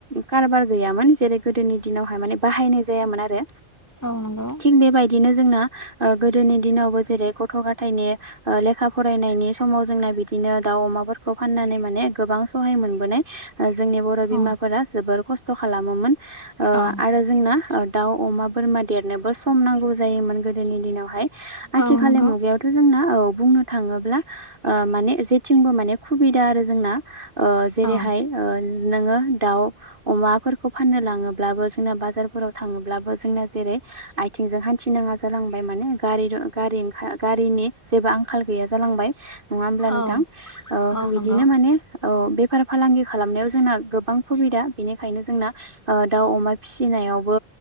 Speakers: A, on the right; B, on the left.
A: कारबार गैयामोन जेरै गोदोनि दिनावहाय माने बाहायनाय जायामोन आरो
B: औ नंगौ
A: थिग बेबायदिनो जोंना ओ गोदोनि दिनावबो जेरै गथ'-गा फाथायाइ लेखा फरायनायनि समाव जोंना बिदिनो दाउ अमाफोरखौ फाननानै माने गोबां सहाय मोनबोनाय जोंनि बर' बिमाफोरा
B: औ
A: जोबोर खस्थ' खालामोमोन ओ
B: औ
A: आरो जोंना दाउ अमा बोरमा देरनोबो सम नांगौ जोयोमोन गोदनि दिनावहाय आथिलनि
B: औ नंगौ
A: मुगायाव औ बुंनो थाङोब्ला माने जेथिंबो माने सुबिदा आरो जोंना जेरैहाय
B: औ
A: नोङो दाउ अमाफोरखौ फाननो लाङोब्लाबो जोंना बाजारफोराव थाङोब्लाबो जोंना जेरै आइथिंजों हान्थिनाङा जालांबाय माने गारि गारि ओं गारिनि जेबो आंखाल गैया जालांबाय। नङा होमब्ला नोंथां
B: औ औ
A: बिदिनो
B: नंगौ
A: माने ओ बे बेफार फालांगि खालामनायाव जोंना गोबां सुबिदा बेनिखायनो जोंना दाउ अमा फिसिनायावबो